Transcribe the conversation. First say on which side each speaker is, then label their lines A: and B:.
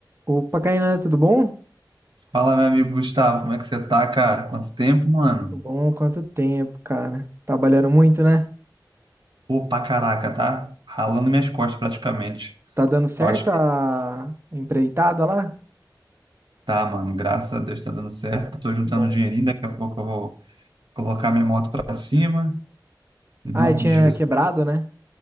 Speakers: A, on the right; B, on the right.
A: Opa, Kainan, tudo bom?
B: Fala, meu amigo Gustavo, como é que você tá, cara? Quanto tempo, mano?
A: Tudo bom? Quanto tempo, cara? Trabalhando muito, né?
B: Pô, pra caraca, tá? Ralando minhas costas praticamente.
A: Tá dando certo
B: Eu acho que
A: a empreitada lá?
B: tá, mano. Graças a Deus tá dando certo. Tô juntando
A: Que bom.
B: um dinheirinho, daqui a pouco eu vou colocar minha moto pra cima. Em nome
A: Ah, e tinha
B: de Jesus.
A: quebrado, né?